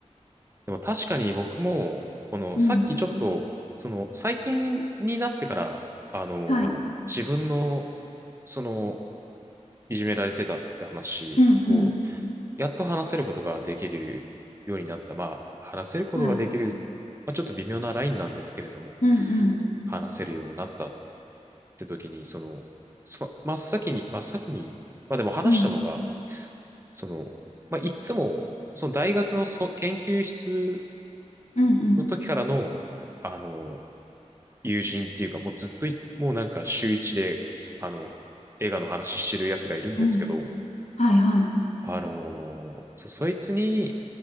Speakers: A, on the right; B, on the left.
A: でも確かに僕も、この、
B: う。
A: さっきちょっと、
B: うん。
A: その、最近になってから、あの自分の、
B: はい。
A: その、いじめられてたって話を、
B: うんうん。
A: やっと話せることができるようになった。まあ、話せることができる、
B: はい。
A: まあ、ちょっと微妙なラインなんですけれども、
B: うんうん。
A: 話せるようになったって時に、その、そ、真っ先に、真っ先に、まあでも話したのが、
B: うん。
A: その、まあ、いっつも、その大学のそ研究室
B: うんうん。
A: の時からの、あの、友人っていうか、もうずっとい、もうなんか週一で、あの、映画の話してるやつがいるんですけど、
B: うんはいはい。
A: あのーそ、そいつに、